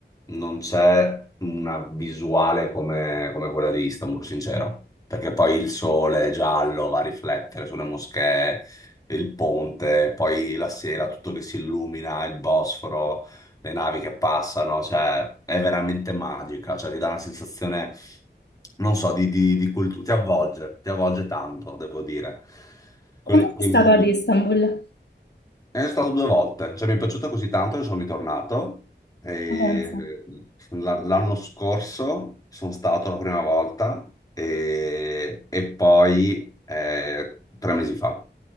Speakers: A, on the left; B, on the left.
A: non c'è una visuale come, come quella di Istanbul, sincero, perché poi il sole giallo va a riflettere sulle moschee, il ponte, poi la sera tutto che si illumina, il Bosforo, le navi che passano, cioè è veramente magica, cioè ti dà una sensazione, non so, di, di, di cultura, ti avvolge, ti avvolge tanto, devo dire.
B: Quando
A: Quel- quindi
B: sei stato ad Istanbul?
A: è stato due volte, cioè mi è piaciuto così tanto che sono ritornato. E,
B: Ma Pensa.
A: eh, la- L'anno scorso sono stato la prima volta e, e poi eh, tre mesi fa.